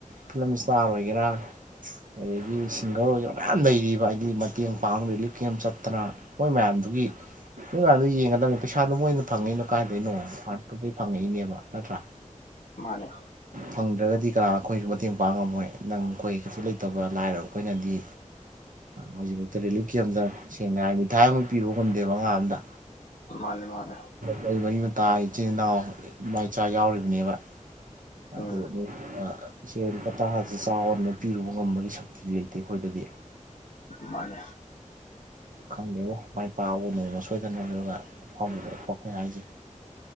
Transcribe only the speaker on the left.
ꯃꯥꯅꯦ
ꯃꯥꯅꯦ ꯃꯥꯅꯦ
ꯎꯝ
ꯃꯥꯅꯦ